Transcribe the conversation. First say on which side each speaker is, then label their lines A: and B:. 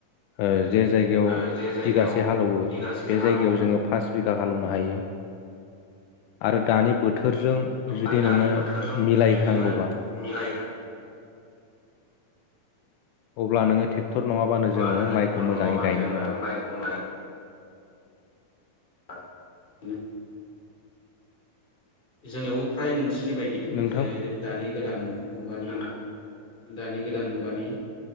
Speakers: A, on the left; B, on the left.
A: ओ जे जायगायाव
B: ओ जे जायगायाव
A: बिगासे हालौवो
B: बिगासे
A: बे
B: हालौवो
A: जायगायाव जोङो पास बिघा हालेवनो हायो आरो दानि बोथोरजों जुदि
B: औ दानि
A: नोङो
B: बोथोरजों
A: मिलाय
B: जुदि
A: होनांगौबा
B: नोङो मिलायहो
A: अब्ला नोङो ट्रेक्टर नङाबानो
B: अब्ला
A: जोङो
B: नोङो
A: माइखौ
B: ट्रेक्टर
A: मोजाङै
B: नङाबा
A: गायनो
B: जोङो
A: मोना।
B: माइखौ मोन <inaudible> जोंनियावबो फ्राय नोंसि नि बायदि
A: नोंथां
B: जे दानि गोदान मुगानि दानि गोदान मुगानि